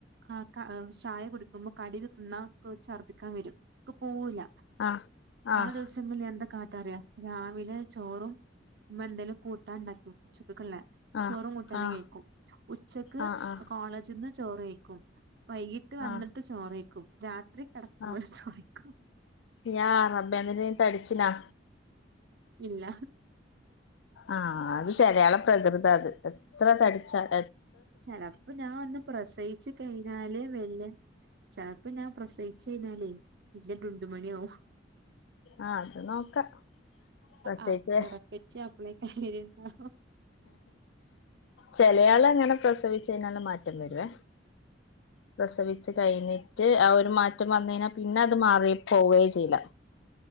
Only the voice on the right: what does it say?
ആഹ് ചായ കുടിക്കുമ്പോ കടിയൊക്കെ തിന്നാ ഛർദിക്കാൻ വരും ക്ക് പോവൂല
ആ ദിവസങ്ങളിൽ എന്താ കാട്ടാറിയ രാവിലെ ചോറും ഇമ്മ എന്തെങ്കിലും കൂട്ടാൻ ഉണ്ടാക്കും ഉച്ച ക്ക്ള്ളെ
ചോറും കൂട്ടാനും
കയ്ക്കും ഉച്ചക്ക്
കോളേജിന്ന് ചോറ് കയ്ക്കും. വൈകീട്ട് വന്നിട്ട്
ചോറയ്ക്കും. രാ ത്രി കിടക്കുമ്പോൾ
ചോറ് കയ്ക്കും.
ഇല്ല
ചിലപ്പോ ഞാൻ ഒന്ന് പ്രസയിച്ച് കഴിഞ്ഞാലേ വല്യ. ചെലപ്പോ ഞാൻ പ്രസയിച്ച് കഴിഞ്ഞാലേ വല്യ ടുണ്ടുമണിയാവു
ആ പെറപ്പിച്ച് അപ്പളെ കാര്യണ്ടാവും